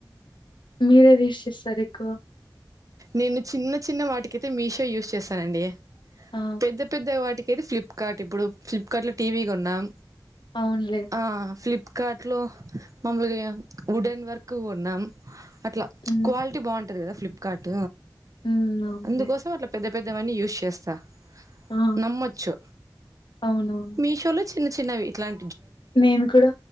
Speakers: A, on the left; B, on the right.
A: మీరే యూస్ చేస్తారు ఎక్కువ
B: నేను చిన్న చిన్న వాటికైతే మీషో యూస్ చేస్తానండి
A: ఆ
B: పెద్ద పెద్ద వాటికి అయితే ఫ్లిప్కార్ట్ ఇప్పుడు ఫ్లిప్కార్ట్ లో టీవీ కొన్నాం
A: అవునులే
B: ఆ ఫ్లిప్ కాట్లో మమ్మలుగా వుడెన్ వర్క్ కొన్నాం అట్లా
A: హ్మ్
B: క్వాలిటీ బాగు కదా ఫ్లిప్కార్ట్
A: హ్మ్ అవునులే
B: అందుకోసం అట్ల పెద్ద పెద్దవన్నీ యూస్ చేస్తా
A: ఆ
B: నమ్మచ్చు
A: అవునవును
B: మీషోలో చిన్న చిన్నవి ఇట్లాం
A: నేను కూడా